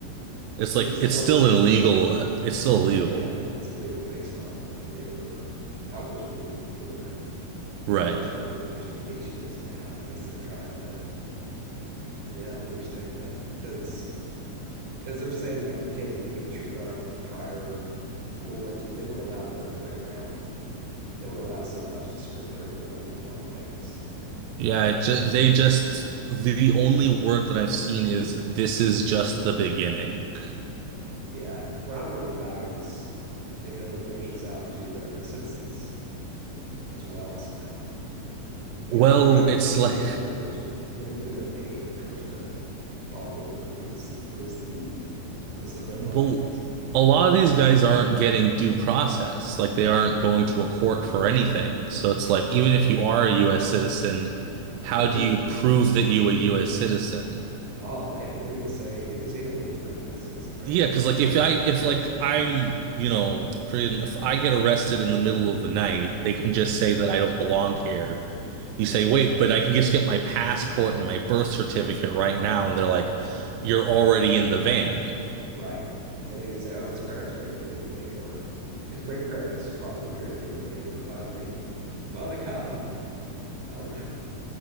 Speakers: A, on the right (about 80°); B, on the right (about 60°).
A: It's
B: Is
A: like
B: this the
A: it's
B: one
A: still
B: where they
A: an
B: were?
A: illegal.
B: to,
A: uh, It's still illegal,
B: yeah, it's illegal based on what they were, how it was ruled before.
A: right?
B: I was just wondering what their justification is now. I guess they're trying to. Yeah, I don't understand that because because they're saying that we can they can disregard prior rulings, but they wouldn't allow that the other way around. They wouldn't allow someone else to skirt their rulings on things.
A: Yeah, it just
B: So,
A: they just the only word that I've seen is this is just the beginning.
B: yeah, what I'm worried about is if it ever ventures out to American citizens as well somehow. Because
A: Well,
B: if you're not obeying
A: it's <laughs> like
B: these orders, what what are you going to obey when it comes to law and order? What is what is the what's the red
A: well,
B: line basically?
A: a lot of these guys aren't getting due process. Like they aren't going to a court for anything. So it's like
B: Right.
A: even if you are a US citizen, how
B: Are you
A: do
B: going
A: you
B: to get due
A: prove
B: process?
A: that you a US citizen?
B: Oh man, because they could just say they could say anyone's not a U. S. citizen, right?
A: Yeah, because like if I if like I'm you know pretty- if I get arrested in the middle of the night, they can just say that I don't belong here. You
B: You
A: say,
B: don't have
A: wait,
B: your paperwork.
A: but I can just
B: Yeah.
A: get my passport and my birth certificate right now, and they're like, you're already in the van.
B: Right. And they could say, oh, his parents were here illegally, or his great parents brought them here illegally, and we're finally we finally caught him. I don't know.